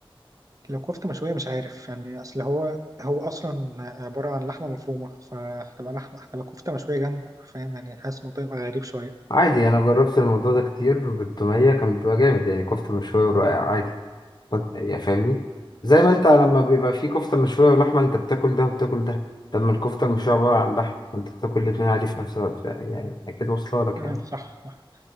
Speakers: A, on the right (about 35°); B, on the left (about 50°).
A: لو كفته مشويه مش عارف يعني اصل هو هو اصلا عباره عن لحمه مفرومه فهتبقى لحمه هتبقى كفته مشويه جنبه فاهم يعني حاسس الموضوع يبقى غريب شويه
B: عادي أنا جربت الموضوع ده كتير بالتومية كان بيبقى جامد يعني كفتة مشوية ورقاق عادي طب- يعني فاهمني زي ما أنت لما بيبقى فيه كفتة مشوية ولحمة أنت بتاكل ده وبتاكل ده طب ما الكفتة المشوية عبارة عن لحم وأنت بتاكل الاتنين عادي في نفس الوقت يعني أكيد واصلة لك
A: مم،
B: يعني
A: صح صح